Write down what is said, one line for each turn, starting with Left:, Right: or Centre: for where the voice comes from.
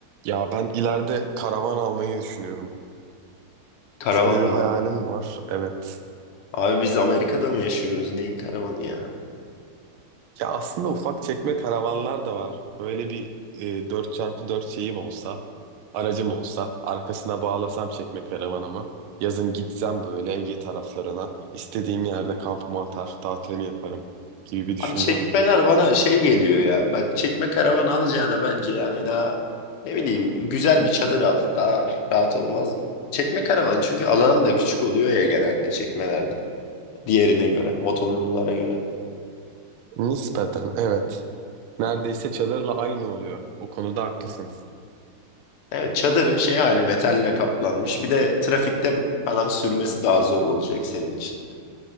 Right: Ya ben ileride karavan almayı düşünüyorum.
Left: Karavan
Right: Böyle bir
Left: mı?
Right: hayalim var. Evet.
Left: Abi
Right: Yani
Left: biz Amerika'da mı yaşıyoruz? Neyin karavanı ya?
Right: ya aslında ufak çekme karavanlar da var. Böyle bir e, 4x4 şeyim olsa, aracım olsa, arkasına bağlasam çekme karavanımı. Yazın gitsem böyle Ege taraflarına, istediğim yerde kampımı atar, tatilimi yaparım gibi bir düşüncem
Left: Abi çekmeler
Right: var.
Left: bana şey geliyor ya. Bak çekme karavan alacağına bence yani daha ne bileyim güzel bir çadır al. Daha rahat olmaz mı? Çekme karavan çünkü alan da küçük oluyor ya genelde çekmelerde. Diğerine göre, motorlulara göre.
Right: Nispeten evet. Neredeyse çadırla aynı oluyor. O konuda haklısın.
Left: Evet çadırın şey hali metalle kaplanmış. Bir de trafikte falan sürmesi daha zor olacak senin için.